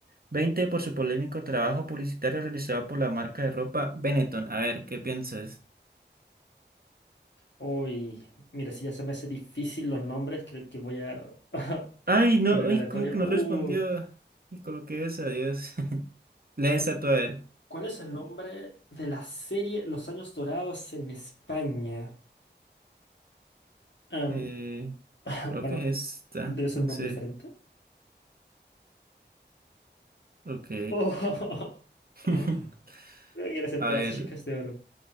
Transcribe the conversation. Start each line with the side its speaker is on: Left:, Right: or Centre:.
Right: XX por su polémico trabajo publicitario realizado por la marca de ropa Benetton? A ver, ¿qué piensas?
Left: Uy, mira, si ya se me hace difícil los nombres, creo que voy a <laughs>
Right: Ay, no,
Left: poner
Right: ay,
Left: aleatorio.
Right: ¿cómo que no
Left: Uh,
Right: respondió? Y coloqué esa, Dios. <laughs> Lee esta tú, a ver.
Left: ¿cuál es el nombre de la serie Los Años Dorados en España? Em,
Right: Eh,
Left: <laughs>
Right: creo
Left: bueno,
Right: que es esta,
Left: debe ser
Right: no
Left: un nombre
Right: sé.
Left: diferente.
Right: Ok.
Left: Oh, <laughs>
Right: <laughs>
Left: creo que era ser
Right: A
Left: de
Right: ver,
Left: las chicas de oro.